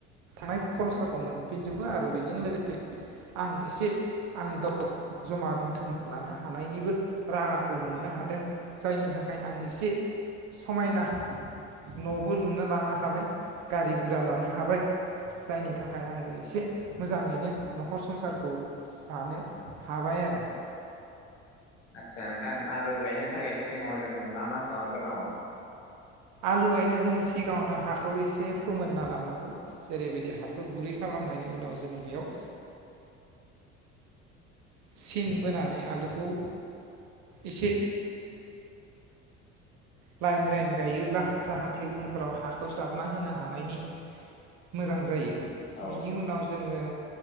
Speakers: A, on the right; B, on the left.
A: थांनाय खरसाखौ मोनफिनजोबो आरो बेजों लोगोसे आं एसे आं गाव जमा दोनथुमना लानो हानायनिबो राहाखौ मोननो हादों जायनि थाखाय आं एसे समायना न'बो लुनो लानो हाबाय, गारि-गुरा लानो हाबाय जायनि थाखाय आङो एसे मोजाङैनो न'खर संसारखौ जानो हाबाय आरो।
B: आदसा नोंथां आलु गायनो थाखाय सिगाङाव जों मा मा खालामग्रोनांगौ?
A: आलु गायनो जोङो सिगाङावनो हाखौ एसे फोमोनना लानांगौ जेरै बायदि हाखौ गुरै खालामनायनि उनाव जों बेयाव सिन बोनानै आलुखौ एसे लाइन लाइन गायोब्ला जाहाथे उनफोराव हाखौ जाबना होनो हानायनि मोजां जायो।
B: औ
A: बिनि उनाव जोङो